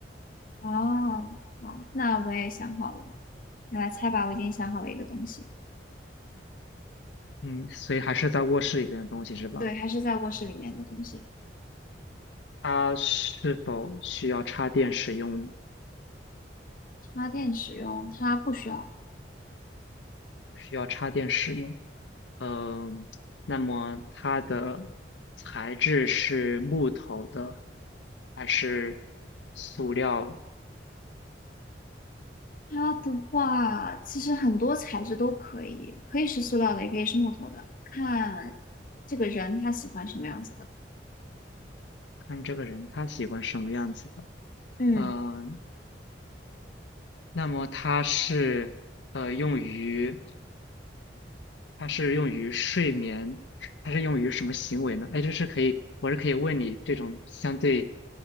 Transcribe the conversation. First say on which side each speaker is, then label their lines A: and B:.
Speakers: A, on the left (about 50°); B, on the left (about 85°).
A: 哦，好，那我也想好了，你来猜吧。我已经想好了一个东西，
B: 嗯，所以还是在卧室里边的东西是吧？
A: 对，还是在卧室里面的东西。
B: 它是否需要插电使用呢？
A: 插电使用它不需要。
B: 不需要插电使用。嗯，那么它的材质是木头的还是塑料？
A: 它的话，其实很多材质都可以，可以是塑料的，也可以是木头的，看这个人他喜欢什么样子的。
B: 看这个人他喜欢什么样子的。
A: 嗯。
B: 嗯，那么它是呃用于它是用于睡眠，它是用于什么行为呢？哎，就是可以，我是可以问你这种相对